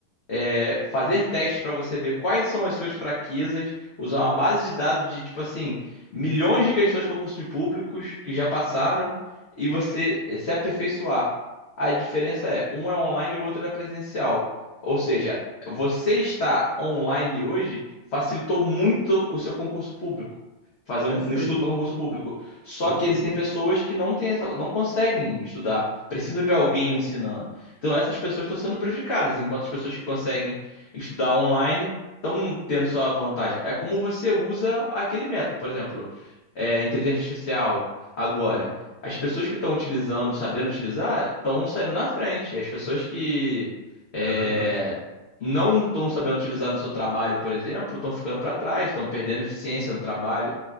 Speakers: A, on the left; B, on the right.
A: é, fazer testes para você ver quais são as suas fraquezas, usar uma base de dados de, tipo assim, milhões de questões de concurso de públicos que já passaram e você eh, se aperfeiçoar. A diferença é, um é online e o outro é presencial. Ou seja, você estar online hoje facilitou muito o seu concurso público. Fazer
B: Perfeito,
A: um um estudo para concurso público. Só
B: perfeito.
A: que existem pessoas que não têm essa- não conseguem estudar, precisam de alguém ensinando. Então essas pessoas estão sendo prejudicadas, enquanto as pessoas que conseguem estudar online estão tendo sua vantagem. É como você usa aquele método, por exemplo, é, inteligência artificial. Agora,
B: Hum,
A: as pessoas que estão utilizando, sabendo utilizar, estão saindo na frente. As pessoas que é,
B: é verdade.
A: não estão sabendo utilizar no seu trabalho, por exemplo, estão ficando para trás, estão perdendo eficiência no trabalho.